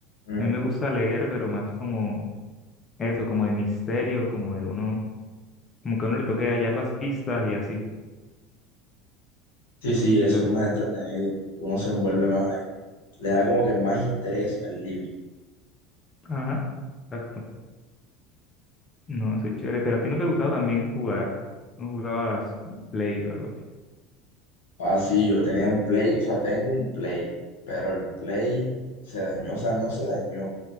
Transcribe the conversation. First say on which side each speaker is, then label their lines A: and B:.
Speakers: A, on the left; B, on the left.
A: Mm.
B: A mí me gusta leer, pero más como eso, como de misterio, como de uno, como que a uno le toque hallar las pistas y así.
A: sí,
B: Eso
A: sí,
B: es muy
A: eso
B: chévere.
A: es más entretenido, uno se envuelve más ahí, le da como que más interés al libro.
B: Ajá, exacto. No, eso es chévere. Pero a ti no te gustaba también jugar, no jugabas Play o algo así.
A: Ah, sí, yo tenía un Play, o sea, tengo un Play, pero el Play se dañó, o sea, no se dañó,